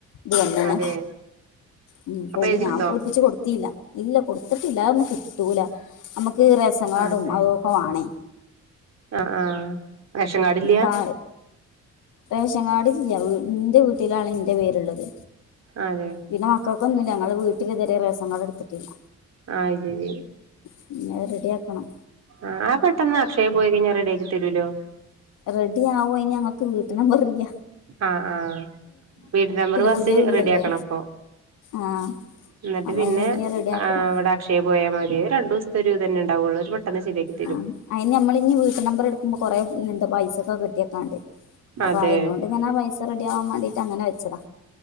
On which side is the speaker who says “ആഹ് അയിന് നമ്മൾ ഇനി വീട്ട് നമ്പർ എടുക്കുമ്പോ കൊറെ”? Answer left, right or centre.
Left